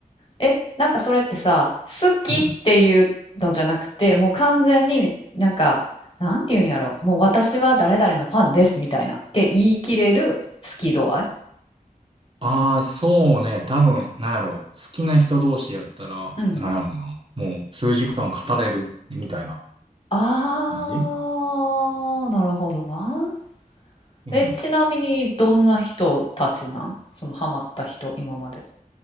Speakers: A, on the left; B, on the right.
A: え、なんかそれってさ、好きっていうのじゃなくて、
B: うん。
A: もう完全になんか、なんて言うんやろ、もう私は誰々のファンですみたいなって言い切れる好き度合い
B: ああ、そうね。多分、なんやろう好きな人同士やったら、
A: うん。
B: なんやろうな。もう数時間語れるみたいな
A: あー、
B: 感じ。
A: なるほどな。
B: うん。
A: え、ちなみにどんな人たちなんそのハマった人、今まで。